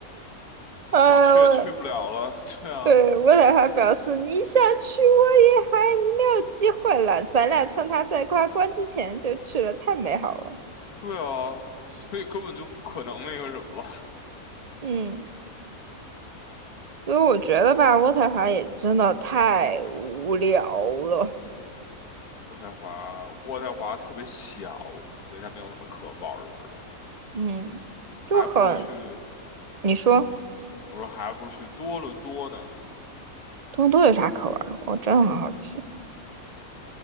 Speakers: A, on the right; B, on the left.
A: <laughs> 啊，
B: 想去也去不了了。
A: 我
B: <laughs> 对啊。
A: 对我俩还表示你想去，我也还你没有机会了，咱俩趁他在他关之前就去了，太美好了。
B: 对啊，<laughs> 所以根本就不可能那个什么了。
A: 嗯，所以我觉得吧，渥太华也真的太无聊了。
B: <laughs> 渥太华，渥太华特别小，所以它没有那么可玩儿的，
A: 嗯，就很，
B: 还不如去，
A: 你说。
B: 我说还不如去多伦多呢。
A: 多伦多有啥可玩的？我真的很好奇。